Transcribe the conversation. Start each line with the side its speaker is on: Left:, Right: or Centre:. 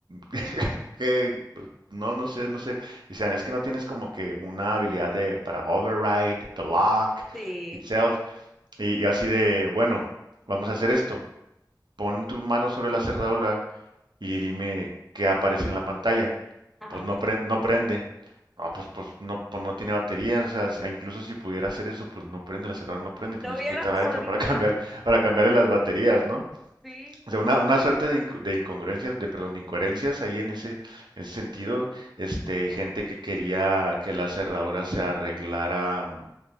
Right: <laughs> que, pues, no, no sé, no sé. Y sean, es que no tienes como que una habilidad de, para override the lock
Centre: Sí,
Right: itself. Y, y así de, bueno, vamos a hacer esto. Pon tu mano sobre la cerradura y dime qué aparece en la pantalla.
Centre: ajá.
Right: Pues no, pre- no prende. Ah, pues, pues, no, pues no tiene batería. O sea, si- incluso si pudiera hacer eso, pues no prende, la cerradura no prende. Tienes
Centre: No hubiera
Right: que entrar adentro
Centre: podido.
Right: para <laughs> cambiar, para cambiarle las baterías, ¿no?
Centre: Sí,
Right: O sea, una, una suerte de, inc- de incongruencias, de, perdón, de incoherencias ahí en ese, en ese sentido. Este, gente que quería que la cerradura se arreglara. mm,